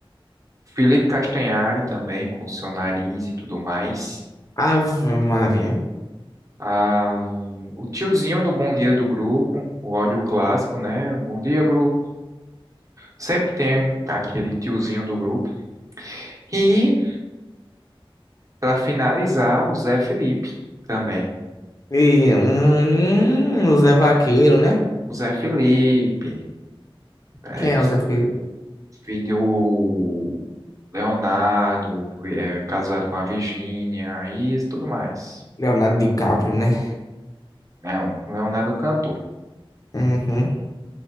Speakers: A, on the right; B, on the left.
A: Felipe Castanhari também, com seu nariz e tudo mais.
B: Ave Maria.
A: Ah, o tiozinho do Bom Dia do Grupo, o áudio clássico, né? Bom dia, grupo. Sempre tem aquele tiozinho do grupo. E, para finalizar, o Zé Felipe também.
B: E hum, o Zé Vaqueiro, né?
A: O Zé Felipe, é,
B: Quem é o Zé Fe-
A: filho do Leonardo, é, casado com a Virgínia e tudo mais.
B: Leonardo DiCaprio, né?
A: É um Leonardo cantor.
B: Uhum.